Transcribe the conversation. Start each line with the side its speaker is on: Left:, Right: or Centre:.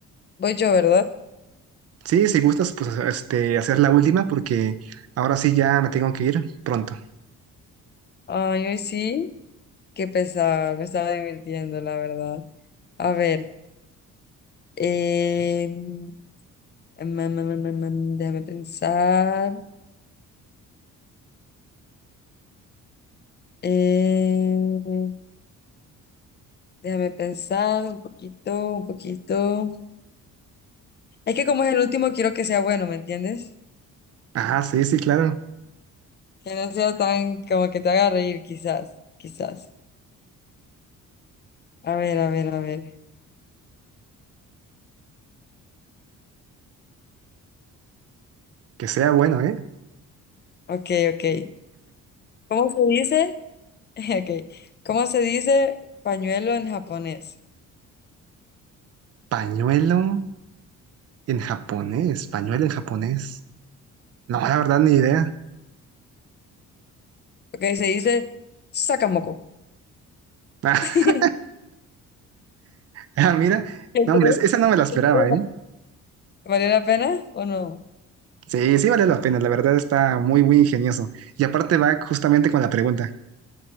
Left: Voy yo, ¿verdad?
Right: Sí, si gustas, pues este, hacer la última porque ahora sí ya me tengo que ir pronto.
Left: Ay, hoy sí, qué pesar, me estaba divirtiendo, la verdad. A ver, eh, mm, mm, mm, mm, mm, déjame pensar. Eh, Déjame pensar un poquito, un poquito. Es que como es el último, quiero que sea bueno, ¿me entiendes?
Right: Ah, sí, sí, claro.
Left: Que no sea tan como que te haga reír, quizás, quizás. A ver, a ver, a ver.
Right: Que sea bueno, ¿eh?
Left: Ok, ok. ¿Cómo se dice? <laughs> Ok. ¿Cómo se dice pañuelo en japonés?
Right: Pañuelo en japonés, pañuelo en japonés. No, la verdad, ni idea.
Left: Ok, se dice sakamoko.
Right: <laughs>
Left: <laughs> ¿Qué
Right: Ah, mira,
Left: crees?
Right: no, hombre, esa no me la esperaba,
Left: ¿Qué crees?
Right: ¿eh?
Left: ¿Valió la pena o no?
Right: Sí, sí vale la pena, la verdad está muy, muy ingenioso. Y aparte va justamente con la pregunta.